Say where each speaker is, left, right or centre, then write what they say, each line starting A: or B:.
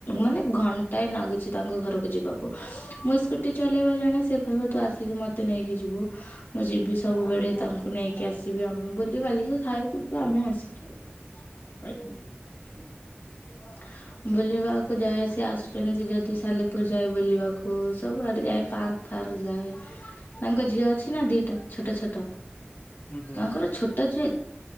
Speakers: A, on the left; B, on the left.
A: ମାନେ ଘଣ୍ଟାଏ ନାଗୁଛି ତାଙ୍କ ଘରକୁ ଯିବାକୁ। ମୁଁ ସ୍କୁଟି ଚଲେଇବା ଜାଣେ। ସେ କହିବେ ତୁ ଆସିକି ମତେ ନେଇକି ଯିବୁ। ମୁଁ ଯିବି ସବୁବେଳେ ତାଙ୍କୁ ନେଇକି ଆସିବି। ଆମେ ବୁଲି ବାଲିକି ଖାଇ ପିଇକି ଆମେ ଆସିବୁ। <unintelligible>
B: ହୁଁ ହୁଁ।
A: ବୁଲିବାକୁ ଯାଏ। ସେ ଆସୁଛନ୍ତି ଯଦି ସାଲେପୁର ଯାଏ ବୁଲିବାକୁ। ସବୁଆଡେ ଯାଏ ପାର୍କ ଫାର୍କ ଯାଏ। ତାଙ୍କ ଝିଅ ଅଛି ନା ଦିଟା ଛୋଟ ଛୋଟ।
B: ହୁଁ ହୁଁ
A: ତାଙ୍କର ଛୋଟ ଝିଅ <unintelligible>